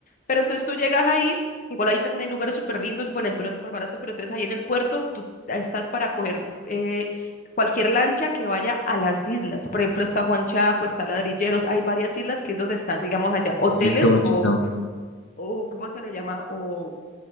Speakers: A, on the left; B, on the left.
A: Pero entonces tú llegas ahí, igual ahí también hay lugares súper lindos, y Buenaventura es súper barato, pero entonces ahí en el puerto tú estás para coger eh, cualquier lancha que vaya a las islas. Por ejemplo, está Juan Chaco, está Ladrilleros, hay varias islas que es donde están, digamos, allá hoteles
B: y qué bonito.
A: o, o ¿cómo se le llama? O